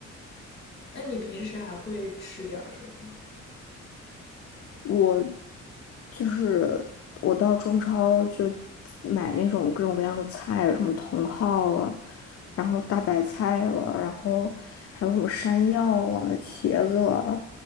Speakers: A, on the left; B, on the left.
A: 那你平时还会吃点儿什么？
B: 我就是我到中超就买那种各种各样的菜，什么茼蒿了，然后大白菜了，然后还有什么山药了、茄子了，